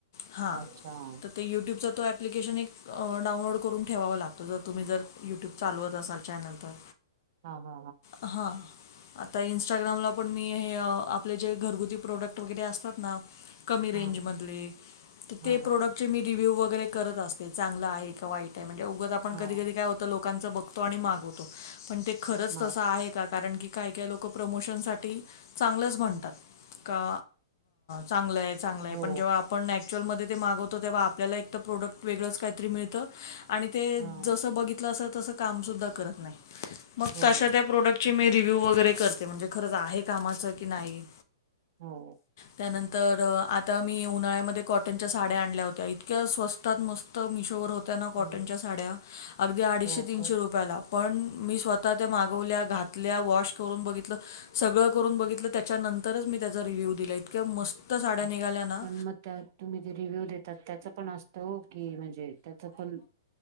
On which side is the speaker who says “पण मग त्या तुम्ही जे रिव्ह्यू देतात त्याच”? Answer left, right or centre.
Right